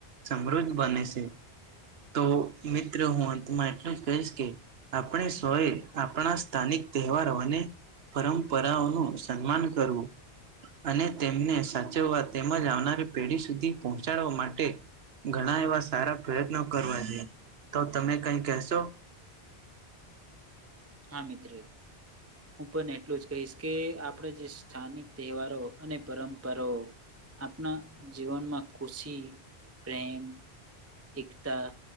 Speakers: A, on the right (about 70°); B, on the right (about 20°).
A: સમૃદ્ધ બને છે તો મિત્ર હું અંતમાં એટલું જ કહીશ કે આપણે સોએ આપણા સ્થાનિક તહેવારો અને. પરંપરાઓનું સન્માન કરવું. અને તેમને સાચવવા તેમજ આવનારી પેઢી સુધી પહોંચાડવા માટે ઘણા એવા સારા પ્રયત્નો કરવા જોઈએ. તો તમે કઈ કહેશો?
B: હા મિત્ર હું પન એટલું જ કહીશ કે આપણે જે સ્થાનિક તહેવારો અને પરંપરાઓ આપના જીવનમાં ખુશી, પ્રેમ એકતા